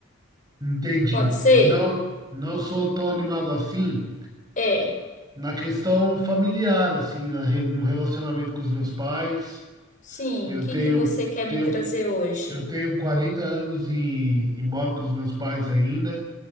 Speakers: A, on the right (about 20°); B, on the left (about 40°).
A: Entendi.
B: Pode ser?
A: Não, não sou tão animado assim
B: É.
A: na questão familiar, assim, na re- no relacionamento com os meus pais.
B: Sim,
A: Eu
B: o que
A: tenho,
B: que você quer
A: tenho,
B: me trazer hoje?
A: eu tenho 40 anos e, e moro com os meus pais ainda.